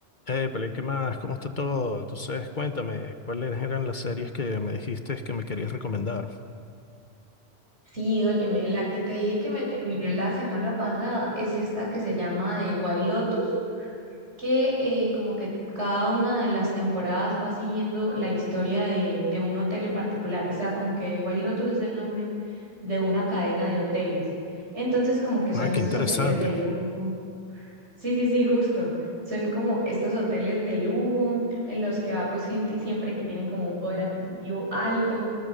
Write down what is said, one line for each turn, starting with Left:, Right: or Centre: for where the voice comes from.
Left: Eh, pero ¿qué más? ¿Cómo está todo? Entonces, cuéntame, ¿cuáles eran las series que me dijiste que me querías recomendar?
Right: Sí, óyeme, la que te dije que me terminé la semana pasada es esta que se llama de White Lotus, que eh, como que cada una de las temporadas va siguiendo la historia de, de un hotel en particular, o sea, como que White Lotus es el nombre de una cadena de hoteles. Entonces, como que son
Left: Ah, qué
Right: estos
Left: interesante.
Right: hoteles de lujo Sí, sí, sí, justo. Son como estos hoteles de lujo en los que va pues gente siempre que tienen como un poder adquisitivo alto.